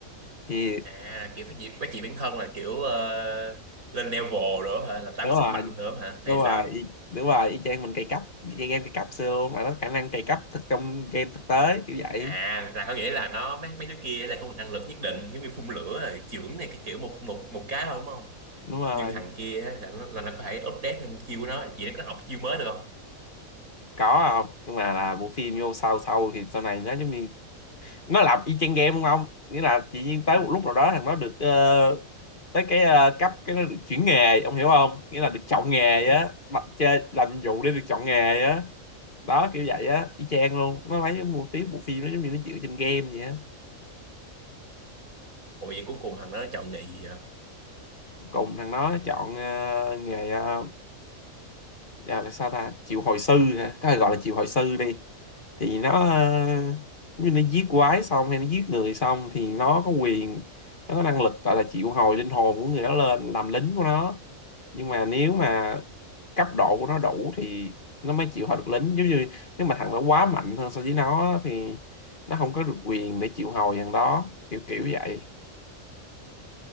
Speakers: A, on the left; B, on the right.
A: thì
B: à kiểu phát triển phát triển bản thân là kiểu ờ, lên level nữa hả là tăng
A: đúng
B: sức
A: rồi
B: mạnh nữa hả
A: đúng
B: hay
A: rồi
B: sao
A: y- đúng rồi y chang mình cày cấp y chang game cày cặp xưa luôn mà nó khả năng cày cấp thực trong game thực tế kiểu vậy
B: à là có nghĩa là nó mấy mấy đứa kia là có một năng lực nhất định giống như phun lửa rồi chưởng này cái kiểu một một một cái thôi đúng không
A: đúng rồi
B: nhưng thằng kia á, là nó, là nó có thể update lên chiêu của nó chỉ nó có học chiêu mới được không
A: có không nhưng mà là bộ phim vô sau sau thì sau này nó giống như nó làm y chang game đúng không nghĩa là tự nhiên tới một lúc nào đó thằng nó được ờ, tới cái ờ, cấp cái nó được chuyển nghề ông hiểu không nghĩa là được chọn nghề á bắt chơi làm nhiệm vụ để được chọn nghề á đó kiểu vậy á y chang luôn nó lấy cái mô típ bộ phim nó giống như nó dựa trên game vậy á
B: ủa vậy cuối cùng thằng đó nó chọn nghị vậy à?
A: cùng thằng nó chọn ờ, nghề ờ, à, sao ta triệu hồi sư hả có thể gọi là triệu hồi sư đi thì nó ờ, như nó giết quái xong hay nó giết người xong thì nó có quyền nó có năng lực gọi là triệu hồi linh hồn của người đó lên làm lính của nó nhưng mà nếu mà cấp độ của nó đủ thì nó mới chịu hồi được lính giống như nếu mà thằng đó quá mạnh hơn so với nó thì nó không có được quyền để chịu hồi thằng đó kiểu kiểu vậy